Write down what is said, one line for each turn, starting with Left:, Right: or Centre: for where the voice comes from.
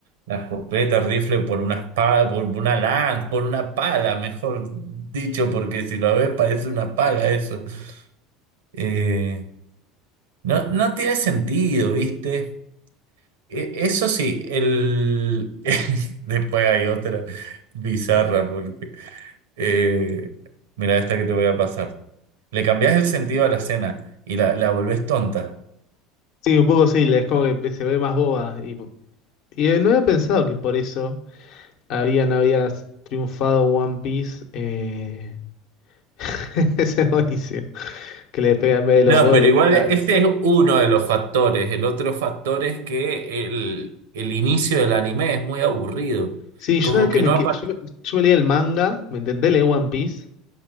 Right: la escopeta, el rifle por una espada, por una lanza, por una pala, mejor dicho, porque si lo ves parece una pala eso. Eh, no, no tiene sentido, ¿viste? E- Eso sí, el... <laughs> después hay otra bizarra porque... eh, mira esta que te voy a pasar. Le cambias el sentido a la cena y la, la volvés tonta.
Left: Sí, un poco sí, es como que se ve más boba. Y, y, eh, no había pensado que por eso habían, había triunfado One Piece. Eh... <laughs> Ese es buenísimo. Que le pega en vez de los
Right: No,
Left: huevos,
Right: pero
Left: le
Right: igual
Left: pega...
Right: ese es uno de los factores. El otro factor es que el, el inicio del anime es muy aburrido.
Left: Sí, yo
Right: Como
Left: sabes que
Right: que
Left: me,
Right: no
Left: que-
Right: aparece.
Left: yo, me- yo me leía el manga, me intenté leer One Piece